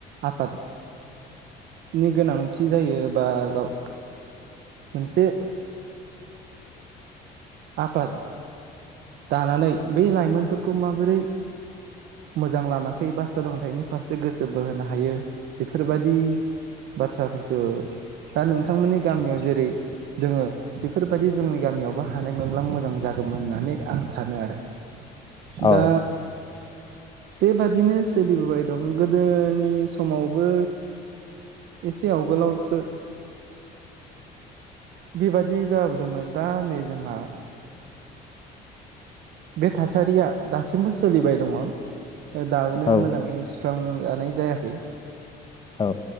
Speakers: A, on the right; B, on the left.
A: आफाद नि गोनांथि जायो बा गाव मोनसे आफाद दानानै बै लाइमोनफोरखौ माबोरै मोजां लामाखै बा सोलोंथाइनि फारसे गोसो बोहोनो हायो बेफोरबायाददि बाथ्राफोरखौ दा नोंथांमोननि गामियाव जेरै दोङो बेफोरबायदि जोंनि गामियावबो हानायमोनब्ला मोजां जागौमोन होननानै आं सानो आरो
B: औ
A: दा बेबादिनो सोलिबोबाय दं गोदोनि समावबो एसे आवगोलावसो बेबादि जाबोदोंमोन दा नै जोंहा बे थासारिया दासिमबो सोलिबाय दङ दाबोनो
B: औ
A: मोजाङै सुस्रां जानाय जायाखै
B: औ